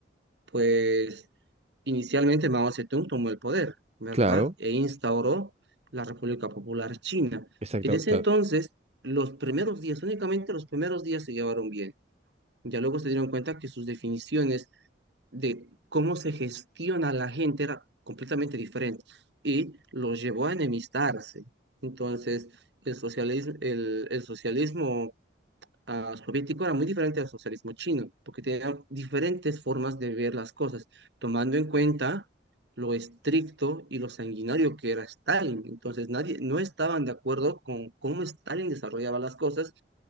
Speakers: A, on the right (about 70°); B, on the right (about 35°).
A: pues Inicialmente Mao Zedong tomó el poder, ¿verdad?
B: claro,
A: E instauró la República Popular China.
B: exactamente,
A: En ese
B: claro.
A: entonces, los primeros días, únicamente los primeros días se llevaron bien. Ya luego se dieron cuenta que sus definiciones de cómo se gestiona la gente era completamente diferente y los llevó a enemistarse. Entonces, el socialismo, el, el socialismo ah, soviético era muy diferente al socialismo chino, porque tenían diferentes formas de ver las cosas, tomando en cuenta lo estricto y lo sanguinario que era Stalin. Entonces, nadie, no estaban de acuerdo con cómo Stalin desarrollaba las cosas